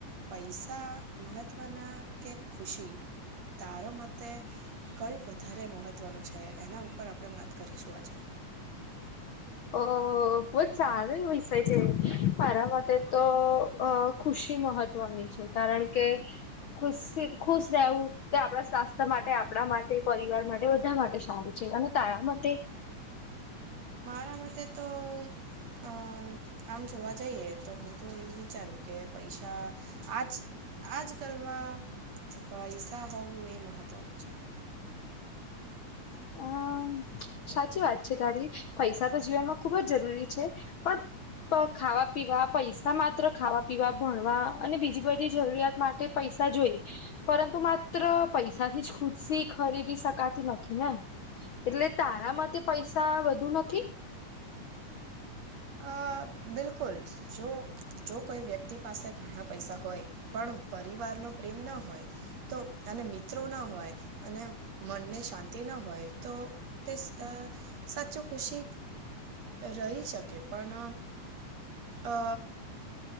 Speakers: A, on the right; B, on the left.
A: પૈસા મહત્ત્વના કે ખુશી તારો મતે કયું વધારે મહત્ત્વનું છે એના ઉપર આપણે વાત કરીશું આજે
B: ઓહહ અ બોજ સારુ વિસ્યે છે માટે મારાં માટે તો અ ખુશી મહ મહત્વ ની છે કારણ કે ખુશી ખુશ રહેવું તે આપણા સ્વાસ્થ્ય માટે આપણા માટે પરિવાર માટે બધા માટે સારું પછી અને તારા મતે
A: મારા માટેતે તો અ આમ જોવા જઈએ, તો હું તો એવું વિચારું કે પૈસા આજ આજકાલમાં પૈસા હોવું એ મહત્ત્વનું છે. <inaudible>
B: અમ સાચી વાત છે તારી પૈસા તો જીવનમાં ખુબ જ જરૂરી છે. પણ ખાવા પીવા પૈસા માત્ર ખાવા પીવા ભણવા અને બીજી બધી જરૂરિયાત માટે પૈસા જોઈ પરંતુ માત્ર પૈસા થી જ ખુશી ખરીદી શકાતી નથી ને, એટલે તારા માટે પૈસા વધુ નથી?
A: અ બિલકુલ જો જો કોઈ વ્યક્તિ પાસે ઘણા પૈસા હોય. પણ પરિવાર નો પ્રેમ ના હોય. તો અને મિત્રો ન હોય અને મનને શાંતિ ન હોય. તો તે સ સાચું ખુશી રહી શકે પણ અ